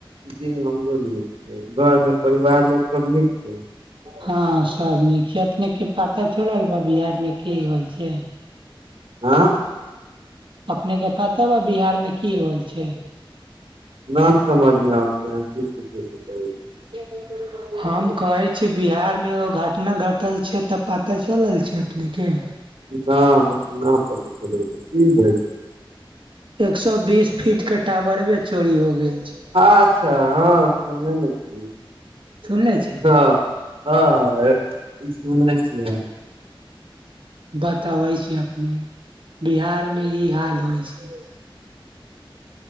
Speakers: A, on the right; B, on the right.
A: जी हमरो नीक छै घर मे परिवार लोक सब नीक छै
B: हँ सब नीक छै अपने के पता चलल बा बिहार मे कि होल छै
A: आँ
B: अपने के पता बा बिहार मे की होल छै
A: न समझमे आब छै <unintelligible>
B: <inaudible> हम कहै छी बिहारमे एगो घटना घटल छै तऽ पता चलल छै अपनेके
A: न हमरा तऽ न पता चलल छै की भेल छै
B: एक सौ बीस फीट के टावरबे चोरी हो गेल छै
A: अच्छा हँ सुनल न छी
B: सुनले छी
A: हँ हँ ई सुनने छिये हम
B: बतबै छी अपने बिहार मे ई हाल होइ छै